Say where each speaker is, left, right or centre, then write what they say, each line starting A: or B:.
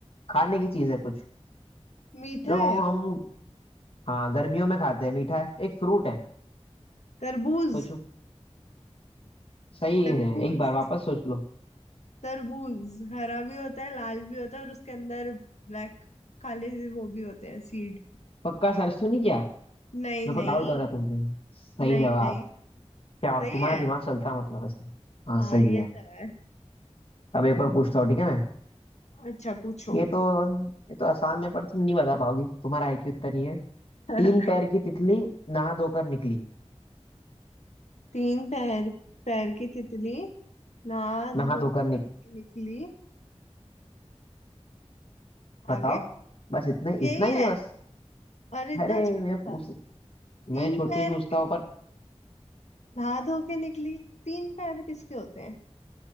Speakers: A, on the left; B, on the left.
A: खाने की चीज है कुछ
B: मीठा
A: जो
B: है
A: हम हाँ गर्मियों में खाते हैं मीठा है एक फ्रूट है
B: तरबूज
A: सोचो सही
B: तरबूज
A: है एक बार वापस सोच लो
B: तरबूज हरा भी होता है लाल भी होता है और उसके अंदर ब्लैक काले से वो भी होते हैं सीड
A: पक्का सर्च तो नहीं किया
B: नहीं
A: मेरे
B: नहीं
A: को डाउट हो रहा है तुम पे सही
B: नहीं
A: जवाब
B: नहीं
A: क्या
B: सही
A: तुम्हारा
B: है
A: दिमाग चलता मतलब ऐसा हाँ
B: हाँ
A: सही
B: ये
A: है
B: तो है
A: अब एक और पूछता हूँ ठीक है मैं
B: अच्छा पूछो
A: ये तो ये तो आसान है पर तुम नहीं बता पाओगी तुम्हारा आईक्यू इतना नहीं है
B: <laughs>
A: तीन पैर की तितली नहा धोकर निकली
B: तीन पैर पैर की तितली ना
A: नहा
B: धो
A: धोकर
B: के
A: निक
B: निकली आगे
A: बताओ बस
B: बस
A: इतना
B: यही
A: इतना ही
B: है
A: है बस
B: और इतना
A: अरे
B: छोटा
A: मैं
B: सा
A: पूछ
B: तीन
A: मैं छोटी
B: पैर
A: पूछता
B: की
A: हूँ पर
B: नहा धो के निकली तीन पैर किसके होते हैं